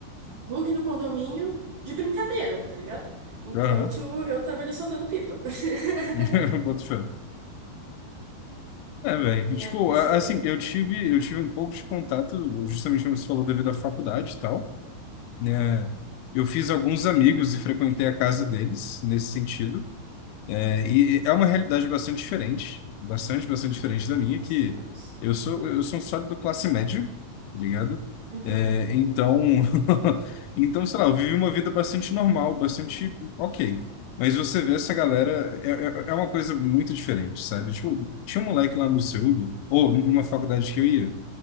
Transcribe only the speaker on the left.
Aham.
<laughs> Boto fé. É, velho.
Tipo,
a-
assim,
eu tive, eu tive um pouco de contato, justamente como você falou, devido à faculdade e tal, né? Eu fiz alguns amigos e frequentei a casa deles nesse sentido. É, e é uma realidade bastante diferente, bastante, bastante diferente da minha,
que
eu sou, eu sou um sólido classe média, tá ligado?
É, então, <laughs> então, sei lá, eu vivi uma vida bastante normal, bastante ok. Mas você vê essa galera, é, é é uma coisa muito diferente, sabe? Tipo, tinha um moleque lá no CEUB, ou numa faculdade que eu ia,